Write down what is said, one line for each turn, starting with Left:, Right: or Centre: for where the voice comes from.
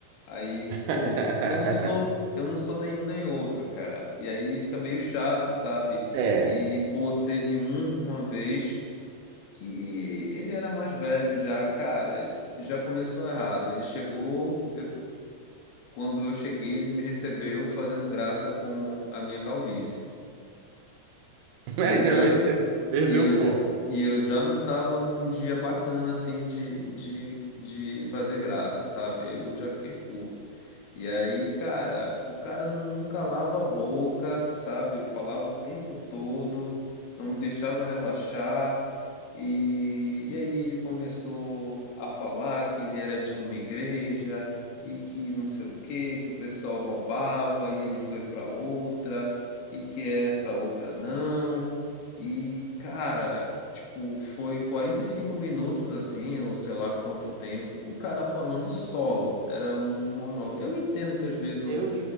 Left: Aí,
Right: <laughs>
Left: pô, eu não sou, eu não sou nenhum nem outro, cara. E aí fica meio chato, sabe?
Right: É,
Left: E, pô, teve um uma vez que ele era mais velho já, cara, já começou errado. Ele chegou, eu- quando eu cheguei, ele me recebeu fazendo graça com a minha calvície.
Right: <laughs> mas
Left: E eu já,
Right: já me- <laughs> perdeu
Left: e eu,
Right: o
Left: ju-
Right: ponto.
Left: e eu já não tava num dia bacana assim de, de, de fazer graça, sabe? Eu já fiquei puto. E aí, cara, o cara não calava a boca, sabe? Falava o tempo todo, não me deixava relaxar. E, e aí ele começou a falar que ele era de uma igreja e que não sei o quê, que o pessoal roubava e ele foi para outra e que essa outra não. E, cara, Tipo, foi 45 minutos assim, ou sei lá quanto tempo, o cara falando solo. Era um monólogo. Eu entendo que às vezes o.
Right: Eu,